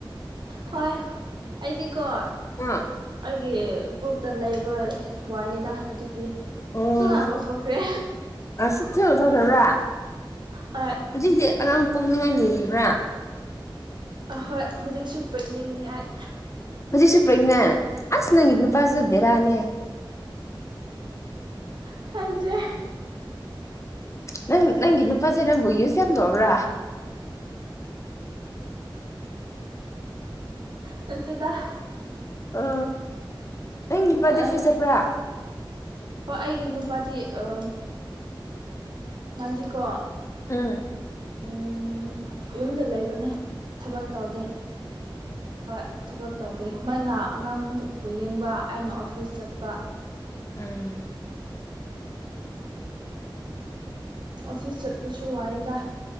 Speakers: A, on the right (about 60°); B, on the left (about 35°).
A: ꯍꯣꯏ ꯑꯩꯗꯤꯀꯣ
B: ꯑꯥ
A: ꯑꯩꯒꯤ ꯄꯨꯛꯇ ꯂꯩꯕ ꯋꯥꯗ ꯑꯗꯨꯒꯤ
B: ꯑꯣ
A: ꯊꯨꯅ ꯂꯧꯊꯣꯛꯈ꯭ꯔꯦ
B: ꯑ ꯁꯤ ꯊ ꯊ ꯊꯕ꯭ꯔꯥ
A: ꯍꯣꯏ
B: ꯍꯧꯖꯤꯛ ꯍꯧꯖꯤꯛ ꯑꯉꯥꯡ ꯄꯣꯛꯅꯤꯡꯉꯥꯏ ꯂꯩꯔꯤꯕ꯭ꯔꯥ
A: ꯑꯍꯣꯏ ꯍꯧꯖꯤꯛꯁꯨ ꯄꯤꯛꯅꯤꯡꯅꯤ ꯑꯩ
B: ꯍꯧꯖꯤꯛꯁꯨ ꯄꯖ ꯑꯁ ꯅꯪ ꯍꯤꯗꯨ ꯄꯥꯁꯨ ꯦꯔꯥꯅꯤ
A: ꯈꯗꯦ
B: ꯅꯪ ꯅꯪꯒꯤ ꯅꯨꯄꯥꯁꯤꯦ ꯅꯕꯨ ꯌꯨꯁꯦ ꯌꯥꯝꯗꯣꯕ꯭ꯔꯥ
A: ꯅꯠꯇꯗ
B: ꯎ ꯅ ꯅꯨꯄꯥꯗꯤ
A: ꯑꯣ ꯑꯩ
B: ꯐꯁꯄ꯭ꯔꯥ
A: ꯍꯣꯏ ꯑꯩꯒꯤ ꯅꯨꯄꯥꯗꯤ ꯎ ꯃꯗꯤꯀꯣ
B: ꯑꯥ
A: ꯎꯝ ꯌꯨꯝꯗ ꯂꯩꯕꯅꯦ ꯊꯕꯛ ꯇꯧꯗꯦ ꯍꯣꯏ ꯊꯕꯛ ꯇꯧꯗꯦ ꯃꯅ ꯑꯉꯥꯡꯗꯨꯕꯨ ꯌꯦꯡ ꯑꯩꯅ ꯑꯣꯐꯤꯁ ꯆꯠꯄ
B: ꯎꯝ
A: ꯑꯣꯐꯤꯁ ꯆꯠꯄꯁꯨ ꯋꯥꯢꯗ